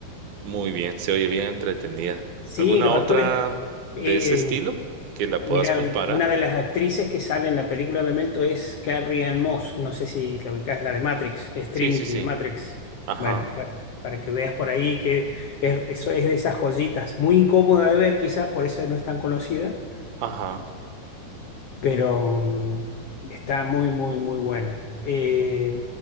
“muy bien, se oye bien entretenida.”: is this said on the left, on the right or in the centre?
Right